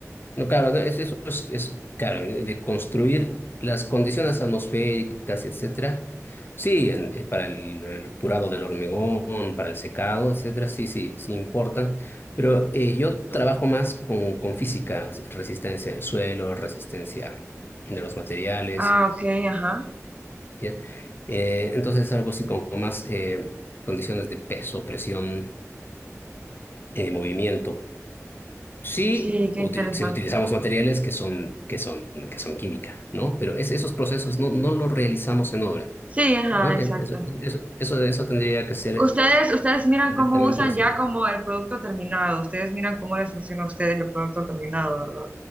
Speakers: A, on the left; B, on the right.
A: No, claro, no, es, eso es, es, claro, eh, de construir las condiciones atmosféricas, etcétera. Sí, en- eh, para el, el curado del hormigón, para el secado, etcétera, sí, sí, sí importan. Pero eh, yo trabajo más con, con física, resistencia del suelo, resistencia de los materiales,
B: ah, ok, ajá,
A: ¿ya? Eh, entonces algo así como más eh, condiciones de peso, presión, eh, movimiento. Sí,
B: sí, qué
A: uti-
B: interesante.
A: sí utilizamos materiales que son, que son, que son química, ¿no? Pero es- esos procesos no, no los realizamos en obra,
B: Sí, ajá,
A: ¿no?
B: exacto.
A: E- Eso, eso, eso, eso tendría que ser
B: Ustedes, ustedes miran
A: directamente
B: cómo usan
A: las-
B: ya como el producto terminado. Ustedes miran cómo les funciona a ustedes el producto terminado, ¿verdad?